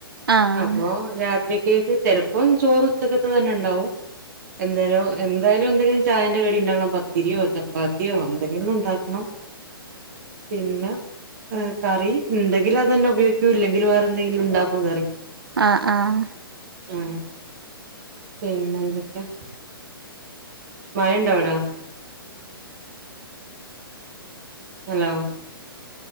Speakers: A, on the right (about 70°); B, on the right (about 50°).
A: ആഹ്
B: അപ്പോ രാത്രിക്കേക്ക് ചെലപ്പം ചോറുച്ചക്ക്ത്തെന്നെ ഇണ്ടാവും എന്തായാലോ എന്തായാലും എന്തെങ്കിലും ചായന്റെ കടി ഉണ്ടാക്കണം പത്തിരിയോ ചപ്പാത്തിയോ എന്തെങ്കിലും ഉണ്ടാക്കണം പിന്നെ? ഉം കറി ഇണ്ടെങ്കില് അതന്നെ ഉപയോഗിക്കൂ ഇല്ലെങ്കിൽ വേറെന്തെങ്കിലും ഉണ്ടാക്കും കറി
A: ആഹ് ആഹ്
B: ആഹ് പിന്നെന്തൊക്കെ? മഴണ്ടവിടെ? ഹലോ